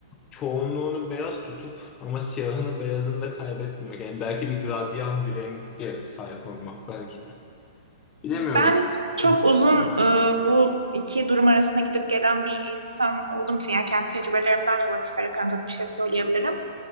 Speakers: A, on the left; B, on the right.
A: çoğunluğunu beyaz tutup ama siyahını beyazını da kaybetmemek. Yani belki bir gradyan bir renge sahip olmak belki de. Bilemiyorum.
B: Ben çok
A: Hı.
B: uzun e, bu iki durum arasında gidip gelen bir insan olduğum için yani kendi tecrübelerimden yola çıkarak ancak bir şey söyleyebilirim.